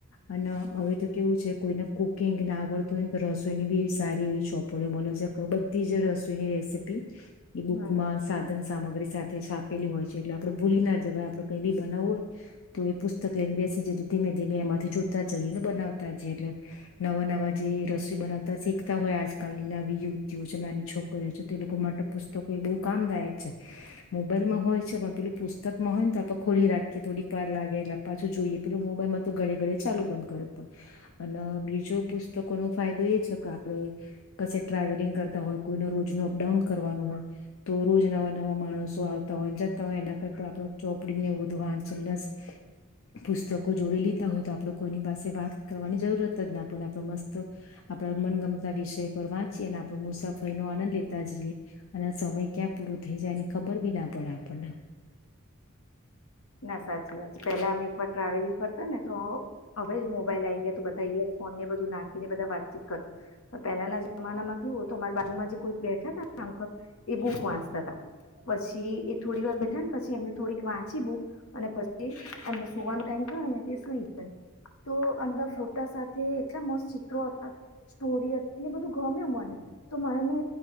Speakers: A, on the left; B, on the left.
A: અને હવે તો કેવું છે કોઈને કુકિંગ ના આવડતું હોય ને તો રસોઈની બી એવી સારી એવી ચોપોડી મળે છે બધી જ રસોઈની રેસીપી એ બુકમાં
B: હમ
A: સાધન સામગ્રી સાથે છા આપેલી હોય છે એટલે આપડે ભૂલી ના જવે આપડે કઈ બી બનાવ હોય તો એ પુસ્તક લઈને બેસી જ ધીમે ધીમે એમાંથી જોતા જઈએ ને બનાવતા જઈએ એટલે નવા નવા જે રસીો બનાવતા શીખતા હોય આજકાલની નવી યુવતીઓ છે નાની છોકરીઓ છે તે લોકો માટે પુસ્તકો એ બહુ કામદાયક છે મોબાઈલમાં હોય છે પણ પેલું પુસ્તકમાં હોય ને તો આપે ખોલી રાખીએ થોડીક વાર લાગે એટલે પાછું જોઈએ પેલું મોબાઈલમાં તો ઘડે ઘડે ચાલુ બંધ કરે પણ અને બીજો પુસ્ત તો લોકોનો ફાયદો એ છે કે આપડે ક ટ્રાવેલિંગ કરતા હોય કોઈને રોજ ન અપડાઉન કરવાનું હોય તો રોજ નવા નવા માણસો આવતા હોય જતા હોય એના કરતા આપ ચોપડીને એવું બધું વાંચ પુસ્તકો જોડી લીધા હોય તો આપડ કોઈની પાસે વાત કરવાની જરૂરત જ નાને આપ મસ્ત આપડા મનગમતા વિષય પર વાંચીએ ને આપો મુસાફરી નો આનંદ લેતા જઈએ. અને સમય ક્યાં પૂરો થઈ જાય એની ખબર બી ના પડે આપણને.
B: ના સાચી વાત છે પેલા અમે એક વાર ટ્રાવેલિંગ કરતા ને તો હવે મોબાઈલ આ ગયા તો બધા ઈયરફોન ને બધું નાખીને બધા વાતચીત કર પણ પેહેલાના જમાનામાં કેવું અમારી બાજુમાં જે કોઈ બેઠા તામક એ બુક વાંચતા તા પછી એ થોડી વાર બેઠા ને પછી એમને થોડીક વાંચી બુક અને પછી અમને સવાનો ટાઈમ થયોને સુઈ જાય તો અમદ ફોટા સાથે એટલા મસ્ત ચિત્રો હતા સ્ટોરી હતી એને બધું ગમ મને તો મને